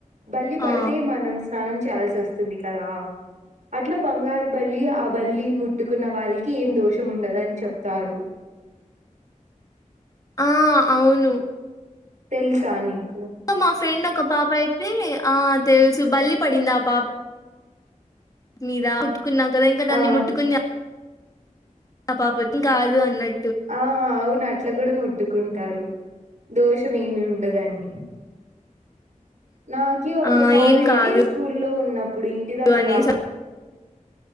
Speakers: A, on the right; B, on the left.
A: బళ్లి పడితే
B: ఆ
A: మనం స్నానం చేయాల్సి వస్తుంది కదా అట్లా బంగారు బల్లి ఆ బల్లి ముట్టుకున్న వాళ్ళకి ఏం దోషం ఉండదని చెప్తారు
B: ఆ అవును
A: తెలుసా నీక్
B: మా ఫ్రెండ్ ఒక పాప అయితే ఆ తెలుసు బళ్లి పడింది ఆ పాప మీద ముట్టుకున్నాం కదా ఇంకా దాన్ని
A: ఆ!
B: ముట్టుకుని ఆ పాపది ఇంక అదేదో అన్నది
A: ఆ అవును అట్ల కూడా ముట్ పట్టుకుంటారు దోషం ఏమి ఉండదని నాకి ఒకసారి
B: ఆ ఏం
A: అయితే
B: కాదు
A: స్కూల్లో ఉన్నప్పుడు ఇంటి దగ్గర
B: అనేసి